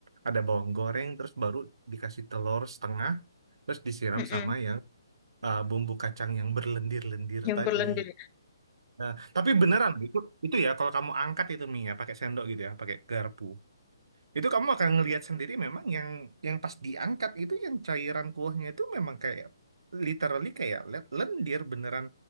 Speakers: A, on the right; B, on the left.
A: ada bawang goreng. Terus baru dikasih telur setengah. Terus disiram
B: mm-mm,
A: sama yang uh, bumbu kacang yang berlendir-lendir
B: Yang
A: tadi.
B: berlendir.
A: Nah, tapi beneran itu itu ya kalau kamu angkat itu mie ya pakai sendok gitu ya, pakai garpu. Itu kamu akan ngelihat sendiri memang yang yang pas diangkat itu yang cairan kuahnya itu memang kayak literally kayak le- lendir beneran